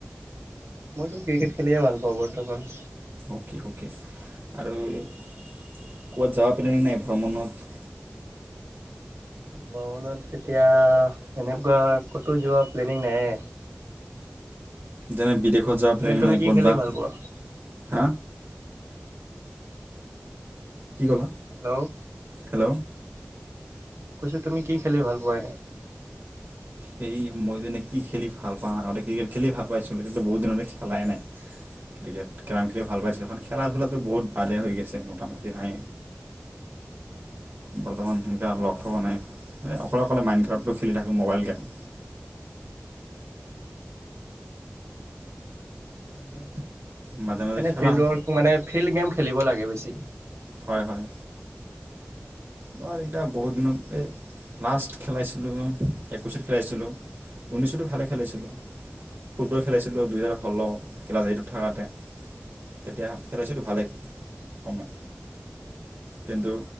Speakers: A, on the right; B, on the right.
A: মইতো ক্ৰিকেট খেলি ভাল পাওঁ বৰ্তমান
B: অ'কে অ'কে আৰু ক'ত যাৱা পেল নাই ভ্ৰমণত
A: ভ্ৰমনত তেতিয়া সেনেকুৱা ক'তো যোৱা প্লেনিং নাইে
B: যেনে বিদেশ কত যাম প্লেং
A: এনে তুমি
B: নাই
A: কি
B: ক'তহা
A: খেলি ভাল পোৱা?
B: কি ক'লা
A: হেল্ল'
B: হেল্ল'
A: কৈছো তুমি কি খেলি ভাল পোৱা এনে
B: সেই মই যেনে কি খেলি ভাল পাওঁ আগতে ক্ৰিকেট খেলি ভাল পাইছো তেতিয়া বহুত দিনতে খেলাই নাই ক্ৰিকেট কেৰম খেলি ভাল পাইছো এখন খেলা ধূলাটো বহুত বালে হৈ গৈছে মোটামুটি নাই বৰ্তমান তিনিটা
A: অ',
B: লগত নাই অকলে অকলে মাইণ্ড ক্ৰাফটো খেলি থাকোঁ মোবাইল গেম
A: ভালে।
B: মাজে মাজে
A: এনে
B: খেলাওঁ
A: ফিল্ড ৱৰ্ক মানে ফিল্ড গেম খেলিব লাগে বেছি থিক
B: হয় হয় হোৱাৰ এতিয়া বহুত দিনত এই লাষ্ট খেলাইছিলোঁ একৈছত খেলাইছিলোঁ ঊনৈছতো ভালে খেলাইছিলোঁ ফুটবল খেলাইছিলোঁ দুহেজাৰ ষোল্ল খেলাইছিলো থকাতে তেতিয়া খেলাইছিলোঁ ভালে সময় কিন্তু